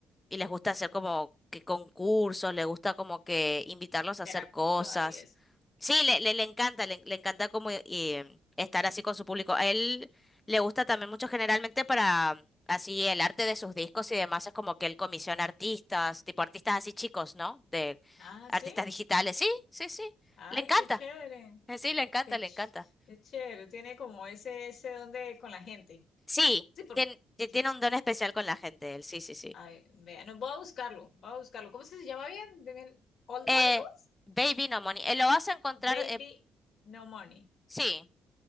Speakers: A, on the left; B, on the left.
A: y les gusta hacer
B: que
A: como que concursos, les gusta como que invitarlos
B: interactuar
A: a hacer cosas.
B: y eso.
A: Sí, le, le, le encanta, le, le encanta como eh, eh, estar así con su público. A él le gusta también mucho generalmente para mm, así el arte de sus discos y demás, es como que él comisiona artistas, tipo artistas así chicos, ¿no? De
B: Ah,
A: artistas
B: sí.
A: digitales. Sí, sí, sí,
B: Ay,
A: le encanta.
B: qué chévere,
A: Eh, Sí, le encanta,
B: qué, ch-
A: le encanta.
B: qué chévere. Tiene como ese, ese don de con la gente.
A: Sí,
B: Sí, porque,
A: tiene,
B: sí.
A: tiene un don especial con la gente, él, sí, sí, sí.
B: Ay, vea, no, voy a buscarlo, voy a buscarlo. ¿Cómo es que se llama bien? De bien- Old
A: Eh,
B: Money, ¿cómo es?
A: Baby No Money, eh, lo vas a encontrar,
B: Baby
A: eh,
B: No Money.
A: sí.